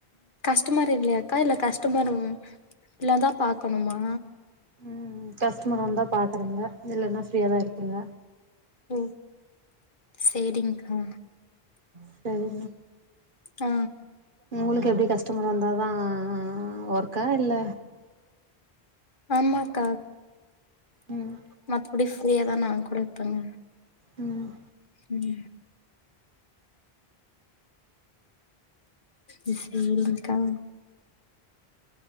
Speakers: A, on the left; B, on the right.
A: ஷ்டமர் இல்லையாக்கா இல்ல கஸ்டமர் ம் இல்லதா பாக்கணுமா
B: ம் ம் ம் கஸ்டமர் வந்தா பாக்குறெங்க இல்லன்னா ஃப்ரீயாதா இருப்பெங்க
A: ஓ சேரி்ங்க்கா
B: செரி
A: ஆ
B: உங்குளுக்கு எப்டி கஷ்டமர் வந்தாதா ஆ ஒர்க்கா இல்ல
A: ஆமாக்கா
B: ம்
A: மத்படி ஃப்ரீயாதா நா கூட இருப்பங்க
B: ம்
A: ம் ம் சேரிங்க்கா